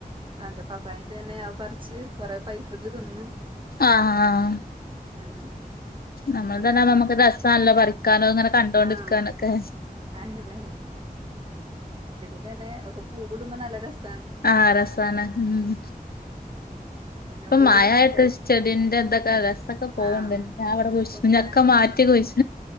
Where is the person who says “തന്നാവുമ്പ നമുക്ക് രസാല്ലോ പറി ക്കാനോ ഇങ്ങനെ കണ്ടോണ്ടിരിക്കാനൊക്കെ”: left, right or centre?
Left